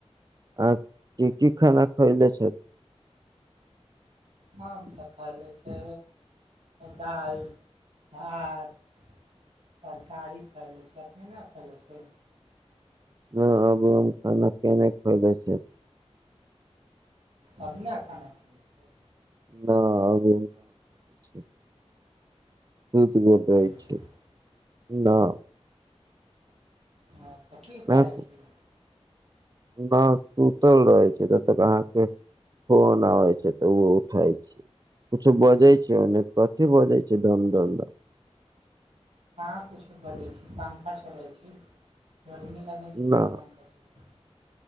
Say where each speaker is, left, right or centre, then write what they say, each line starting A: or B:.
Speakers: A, on the right (about 35°); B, on the right (about 65°).
A: आँ- की की खाना खइले छथि
B: आम तऽ खैले छै दालि भात तरकारी खैले छै अपने ना खैले छै
A: ना अभी आम खाना कने खैलै छै
B: अभी ना खाना खैले छै
A: ना अब <unintelligible> <unintelligible>
B: नहि खयले छै हँ तऽ की करै
A: न
B: छियै
A: न सुतल रहै छै तब तक अहाँके फोन आबै छै तऽ ओ उठै छै कुछ बजै छै ओन्ने कथी बजै छै धम-धम
B: कहाँ कुछो बजै छै पंखा चलै छै गरमी लगै छै
A: ना
B: तऽ पंखा चलै छै